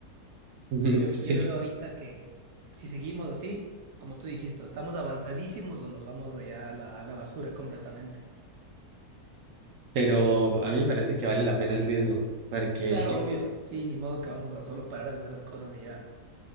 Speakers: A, on the right; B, on the right.
A: <laughs>
B: O sea, yo,
A: Sí,
B: yo le veo ahorita que si seguimos así, como tú dijiste, estamos avanzadísimos o nos vamos allá a la, a la basura completamente.
A: pero a mí me parece que vale la pena el riesgo porque
B: Claro, obvio, sí, ni modo que vamos a solo parar de hacer las cosas y ya.